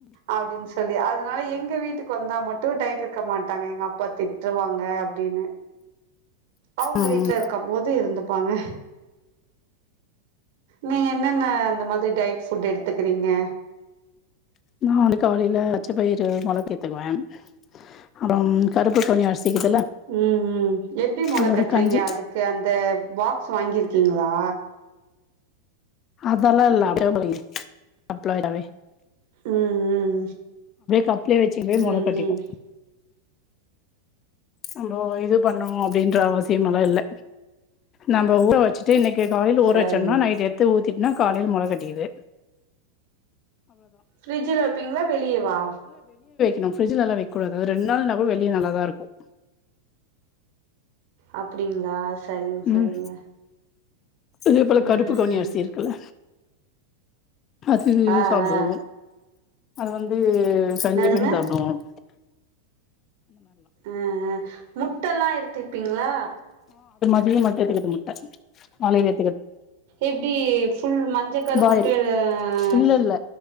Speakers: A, on the right; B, on the left.
A: அப்டின்ட்டு சொல்லி அதுனால எங்க வீட்டுக்கு வந்தா மட்டும் டயர்ட் இரு கக்க மாட்டாங்க எங்க அப்பா திட்டுவாங்க அப்டின்னு அவங்க
B: ம்
A: வீட்டுல இருக்கும் போது இருந்து பாங்க நீங்க என்னன்ன அந்த மாதிரி டைட்ஸ் ஃபுட் எடுத்துக்கிறீங்க
B: நான் வந்து காலையில பச்ச பயர்ரு முளக்கேத்துவேன் அப்புறம் கருப்புகவுனி அரிசி இருக்குதுல்ல
A: உம் உம் எப்டி மொள
B: அதோட
A: கட்டுறீங்க
B: கஞ்சி
A: அதுக்கு அந்த பாக்ஸ் வாங்கிருக்கு ருக்கிங்களா
B: அதல்லா இல்ல அப்டே அப்ளைடாவே
A: உம் உம்
B: கப்லயே வச்சுக்கவே
A: உம்
B: மொள கட்டிக்கு
A: உம் உம்
B: நம்ம இது பண்ணும் அப்படின்றாவாசி ல்ல இல்ல நம்ம ஊற வச்சுட்டு இன்னைக்கு காலை ஊறவச்சண்ணா
A: சரிங்க
B: நைட் எத்து ஊத்தி தின்னா காலையில மொள கட்டிக்கிது
A: பிரிஜில வப்பீங்களா வெளியவா
B: என பிரிஜிலலாம் வக்கூடாது ரெண் நாள் நா கூட வெளிய நல்லாத இருக்கும்
A: அப்புடிங்களா சரிங்க சரிங்க
B: ம் அதே போல
A: ம்
B: கருப்பு கவுனி
A: ம்
B: அரிசி இருக்குல்ல அது
A: ஆ
B: சாப்புடுவும்
A: ஆ
B: அது வந்து தூ செஞ்சு
A: என்னதுங்க
B: பண்ணி சாப்பிடுவோம்
A: அஹ் முட்டெல்லாம் எடுத்துப்பீங்களா
B: <unintelligible> மட்டும் எத்துக்குது முட்ட காலையிலே
A: எப்டி ஃபுல் மஞ்ச கரு
B: பாயில்
A: மட்டும் ஹான்
B: இல்ல இல்ல